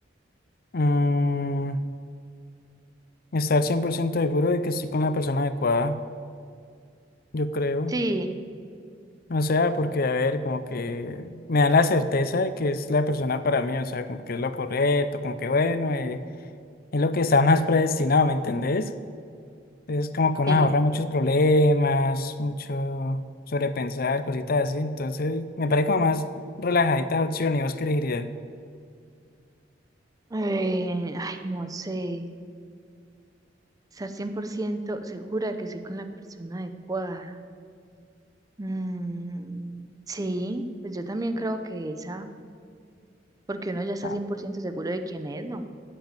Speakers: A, on the left; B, on the right.
A: Mm, estar 100% seguro de que estoy con la persona adecuada, yo creo.
B: Sí,
A: O sea, porque, a ver, como que me da la certeza de que es la persona para mí, o sea, como que es lo correcto, como que, bueno, eh, es lo que está más predestinado, ¿me entendés? Es como que uno
B: sí.
A: se ahorra muchos problemas, mucho sobrepensar, cositas así. Entonces, me parece como más relajadita opción y vos qué elegirías.
B: Eh, ay, no sé. Estar 100% segura de que soy con la persona adecuada. Mm, sí, pues yo también creo que esa, porque uno ya está
A: Ah,
B: 100% seguro de quién es, ¿no?